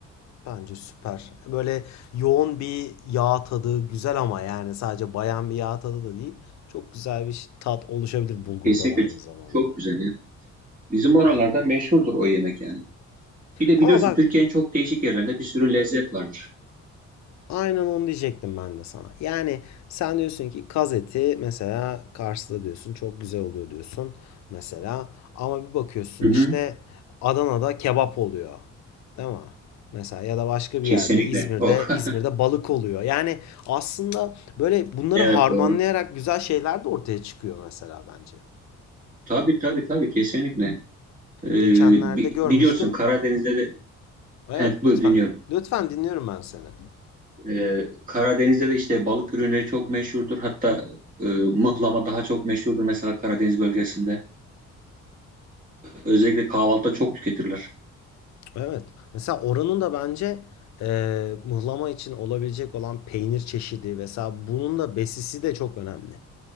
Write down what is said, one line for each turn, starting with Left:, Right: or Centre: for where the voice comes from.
Left: Bence süper. Böyle yoğun bir yağ tadı güzel ama yani sadece bayan bir yağ tadı da değil. Çok güzel bir tat oluşabilir bulgurda
Right: Kesinlikle
Left: da aynı
Right: ç-
Left: zamanda.
Right: çok güzel ya. Bizim oralarda
Left: Ben.
Right: meşhurdur o yemek yani. Bir de
Left: Ama
Right: biliyorsun
Left: bak
Right: Türkiye'nin çok değişik yerlerinde bir sürü lezzet vardır.
Left: Aynen onu diyecektim ben de sana. Yani sen diyorsun ki kaz eti mesela Kars'ta diyorsun çok güzel oluyor diyorsun mesela ama bir bakıyorsun
Right: Hı hı,
Left: işte Adana'da kebap oluyor. Değil mi? Mesela ya da başka bir
Right: kesinlikle.
Left: yerde İzmir'de
Right: Oh. <laughs>
Left: İzmir'de balık oluyor. Yani aslında böyle bunları
Right: Evet
Left: harmanlayarak
Right: doğru.
Left: güzel şeyler de ortaya çıkıyor mesela bence.
Right: Tabii tabii tabii kesinlikle. E,
Left: Geçenlerde
Right: bi-
Left: görmüştüm.
Right: biliyorsun Karadeniz'de de
Left: Evet
Right: hep buyur
Left: lütfen.
Right: dinliyorum.
Left: Lütfen dinliyorum ben seni.
Right: Ee, Karadeniz'de de işte balık ürünleri çok meşhurdur. Hatta e, mıhlama daha çok meşhurdur mesela Karadeniz bölgesinde. Özellikle kahvaltıda çok tüketirler.
Left: Evet. Mesela oranın da bence eee mıhlama için olabilecek olan peynir çeşidi Mesela bunun da besisi de çok önemli.